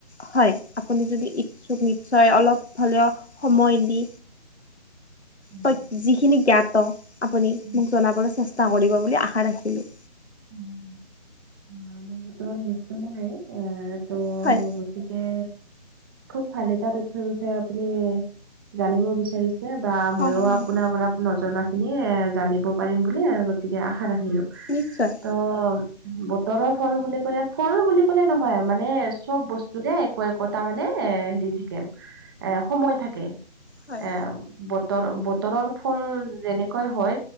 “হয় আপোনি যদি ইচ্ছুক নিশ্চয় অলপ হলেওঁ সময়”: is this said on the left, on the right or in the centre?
Left